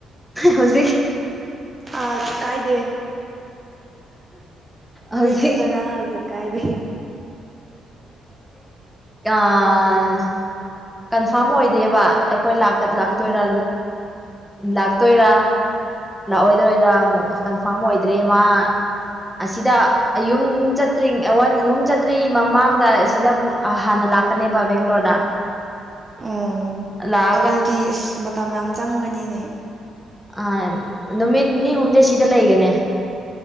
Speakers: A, in the centre; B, on the right.
A: ꯍꯧꯖꯤꯛ
B: ꯑ ꯀꯥꯏꯗꯦ
A: ꯍꯧꯖꯤꯛ
B: ꯃꯤꯛꯁꯇ ꯉꯥꯡꯕꯁꯨ ꯀꯥꯏꯗꯦ
A: ꯑꯥ ꯀꯟꯐꯥꯔꯝ ꯑꯣꯏꯗꯦꯕ ꯑꯩꯈꯣꯏ ꯂꯥꯛꯇꯣꯏꯔꯥ
B: ꯎꯝ
A: ꯂꯥꯛꯇꯣꯏꯔꯥ ꯂꯥꯛꯑꯣꯏꯗꯣꯏꯔꯥ ꯑꯃꯨꯛ ꯀꯟꯐꯥꯔꯝ ꯑꯣꯏꯗ꯭ꯔꯦꯃ ꯑꯁꯤꯗ ꯌꯨꯝ ꯆꯠꯇ꯭ꯔꯤꯉ ꯌꯨꯝ ꯆꯠꯇ꯭ꯔꯤꯉꯩ ꯃꯃꯥꯡꯗ ꯑꯁꯤꯗ ꯑꯃꯨꯛ ꯍꯥꯟꯅ ꯂꯥꯛꯀꯅꯦꯕ ꯕꯦꯡꯒ꯭ꯂꯣꯔꯗ
B: ꯎꯝ
A: ꯂꯥꯛꯑꯒ
B: ꯑꯗꯨꯗꯤ ꯃꯇꯝ ꯌꯥꯝ ꯆꯪꯒꯅꯤꯅꯦ
A: ꯑ ꯅꯨꯃꯤꯠ ꯅꯤꯅꯤ ꯍꯨꯝꯅꯤ ꯁꯤꯗ ꯂꯩꯒꯅꯤ